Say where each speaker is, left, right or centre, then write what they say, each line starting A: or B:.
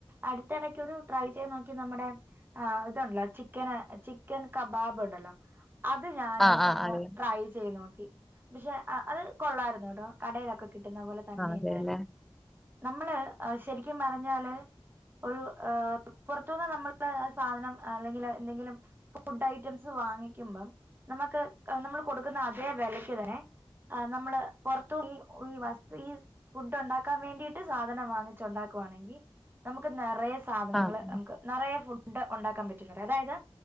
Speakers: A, on the right (about 20°); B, in the centre.
A: അട്ത്തെടക്കൊരു ട്രൈ ചെയ്ത് നോക്കി നമ്മടെ ആഹ് ഇത്ണ്ടല്ലോ ചിക്കന് ചിക്കൻ കബാബ്ണ്ടല്ലോ? അത് ഞാന്
B: ആഹ് ആഹ്
A: ഒന്ന്
B: അറിയാം.
A: ട്രൈ ചെയ് നോക്കി. പക്ഷെ അ അത് കൊള്ളായിരുന്നു കേട്ടോ. കടയിലൊക്കെ കിട്ടുന്ന പോലെ. തന്നെ
B: അതേല്ലേ?
A: ഉണ്ടായിരുന്നു നമ്മള് ആഹ് ശരിക്കും പറഞ്ഞാല് ഒരു ഏഹ് പൊറത്തൂന്ന് നമ്മള് ആ സാധനം അല്ലെങ്കില് എന്തെങ്കിലും ഇപ്പൊ ഫുഡ് ഐറ്റംസ് വാങ്ങിക്കുമ്പം നമക്ക് ആഹ് നമ്മള് കൊടുക്കുന്ന അതേ വെലയ്ക്ക് തന്നെ ആഹ് നമ്മള് പൊർത്തു ഈ ഈ വസ്തു ഈ ഫുഡ് ഒണ്ടാക്കാൻ വേണ്ടി യിട്ട് സാധനം വാങ്ങിച്ചുണ്ടാക്കവാണെങ്കി നമുക്ക് നെറയേ സാധനങ്ങള്
B: ആഹ്
A: നമുക്ക് നെറയെ ഫുഡ് ഒണ്ടാക്കാൻ പറ്റുന്നുണ്ട് അതായത്